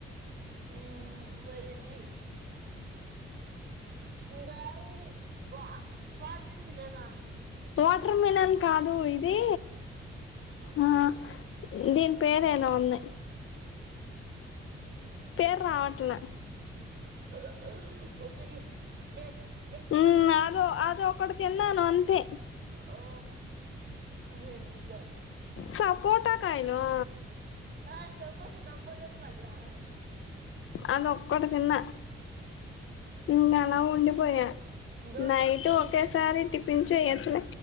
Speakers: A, on the right; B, on the left.
A: హుమ్ మారేటి ఇంగా ఇది వ వాటర్మిలనా
B: వాటర్ మిలాన్ కాదు ఇది ఆ దీని పేరు ఏదో ఉంది. పేర్ రావట్ల
A: ఓకే
B: ఉమ్ అదొ అదొ ఒక్కడు తిన్నను అంతే
A: ఆ నేన్ చెప్పా అదే
B: సపోటా కాయలా
A: ఆ సపోటా సపోటా పన్లు ఆ
B: అదొ ఒక్కటి తిన్న ఇంగ అలా ఉండిపోయా
A: దో
B: నైట్
A: నీ
B: ఒకేసారి టిఫిన్ చేయొచ్చు